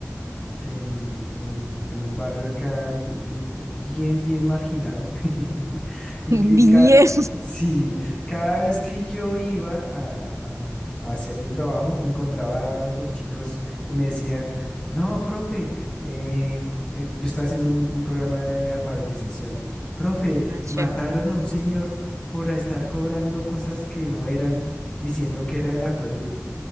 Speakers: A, on the left (about 20°); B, on the right (about 75°).
A: en, en un, en un barrio acá eh, bien, bien marginado. <laughs> Y,
B: <laughs>
A: que ca-
B: Bien.
A: sí, cada vez que yo iba a, a- a hacer mi trabajo, me encontraba con chicos y me decían, no, profe, eh, eh", yo estaba haciendo un, un programa de alfabetización. Profe,
B: Ah, chévere.
A: mataron a un señor por estar cobrando cosas que no eran, diciendo que era del acueducto.